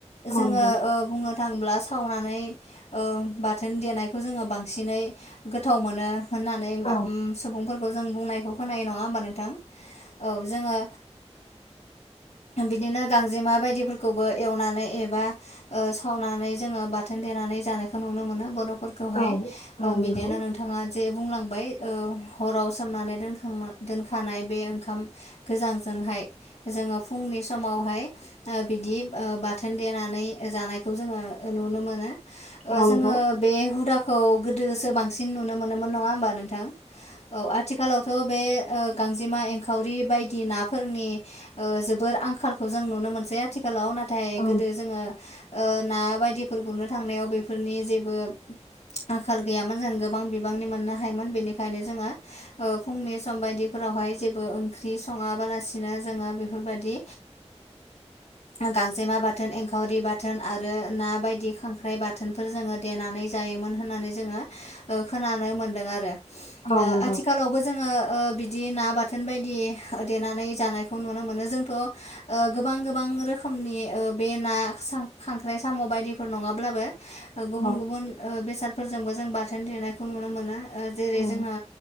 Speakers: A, on the left (about 85°); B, on the left (about 65°).
A: औ
B: जोङो
A: नंगौ
B: नांब्ला सावनानै बाथोन देनायखौ जोङो बांसिनै गोथाव मोनो होननानै
A: औ
B: सुबुंफोरखौ जों बुंनायखौ खोनायो नङा होमबा नोंथां औ जोङो बिदिनो गांजेमा बायदिफोरखौबो एवनानै एबा खावनानै जोङो बाथोन देनानै जानायखौ नुनो मोनो बर'फोरखौहाय
A: औ औ
B: बिदिनो
A: नंगौ औ
B: नोंथाङा जे बुंलांबाय हराव सोमनानै दोनखां दोनखानाय बे ओंखाम गोजांजोंहाय जोङो फुंनि समावहाय बिदि बाथोन देनानै जानायखौ जोङो नुनो मोनो
A: औ नंगौ औ
B: जोङो
A: नंगौ
B: बे हुदा खौ गोदोसो बांसिन नुनो मोनोमोन नङा होमबा नोंथां औ आथिखालावथ' बे गांजेमा एंखावरि बायदि नाफोरनि ओ जोबोर आंखालखौ जों नुनो मोनसै आथिखाल खालाव नाथाय
A: औ
B: गोदो जोङो ओ ना बायदिफोर गुरनो थांनायाव बेफोरनि जेबो आंखाल गैयामोन जों गोबां बिबांनि मोननो हायोमोन बेनिखायनो जोङो फुंनि सम बायदि फोरावहाय जेबो ओंख्रि सङाबालासिनो जोङो बेफोरबायदि गांजेमा बाथोन एंखावरि बाथोन थोन आरो ना बायदि खांख्राइ बाथोनफोर जोङो देनानै जायोमोन होननानै जोङो ओ खोन नांनो मोनदों आरो
A: औ नंगौ
B: आथिखालावबो जोङो ओ बिदि ना बाथोन बायदि देनानै जानायखौ नुनो मोनो जोंथ' ओ गोबां गोबां गोबां रोखोमनि बे ना खांख्राइ साम' बायदिफोर नङाब्लाबो गुबुन
A: औ
B: गुबुन बेसादफोर जों जोंबो जों बाथोन देनायखौ नुनो मोनो ओ जेरै
A: औ
B: जोङो